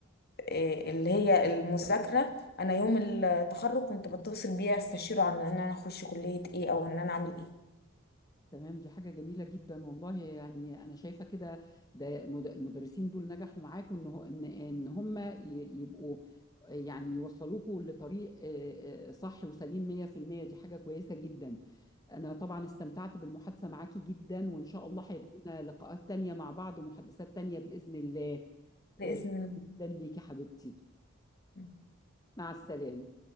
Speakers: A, on the left (about 55°); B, on the left (about 20°).
A: إيه اللي هي المذاكرة أنا يوم التخرج كنت بتصل بيه أستشيره عن إن أنا أخش كلية إيه أو إن أنا أعمل إيه
B: تمام دي حاجة جميلة جدا والله يعني أنا شايفة كده ده المد- المدرسين دول نجحوا معاكم إن هو- إن إن هم ي- يبقوا يعني يوصلوكوا لطريق آه، آه، صح وسليم 100% دي حاجة كويسة جدا أنا طبعا استمتعت بالمحادثة معاكي جدا وإن شاء الله هيبقى لنا لقاءات تانية مع بعض ومحادثات تانية بإذن الله آه،
A: بإذن
B: شكرا جدا ليكي حبيبتي
A: الله
B: مع السلامة